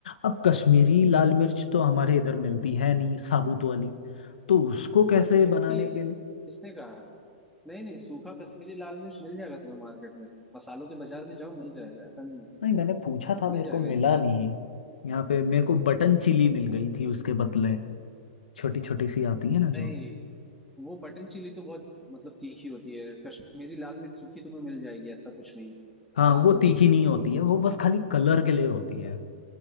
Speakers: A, on the left; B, in the centre.
A: अब कश्मीरी लाल मिर्च तो हमारे इधर मिलती है नहीं साबुत वाली तो उसको कैसे
B: मिलती
A: बनाने
B: है
A: के लिए
B: किसने कहा नहीं नहीं सूखा कश्मीरी लाल मिर्च मिल जाएगा तुम्हें मार्केट में मसालों के बाजार में जाओ मिल जाएगा ऐसा नहीं है
A: नहीं मैंने पूछा था
B: मिल
A: मेरे
B: जाएगा
A: को मिला
B: इजीली
A: नहीं यहाँ पे मेरे को बटन चिली मिल
B: नहीं
A: गई थी उसके बदले छोटी छोटी सी आती है ना जो
B: नहीं वो बटन चिली तो बहुत मतलब तीखी होती है कश्मीरी लाल मिर्च सूखी तो तुम्हें मिल जाएगी ऐसा कुछ नहीं है।
A: हाँ
B: आराम
A: वो
B: से
A: तीखी
B: मिलती
A: नहीं
B: है
A: होती है वो बस खाली कलर के लिए होती है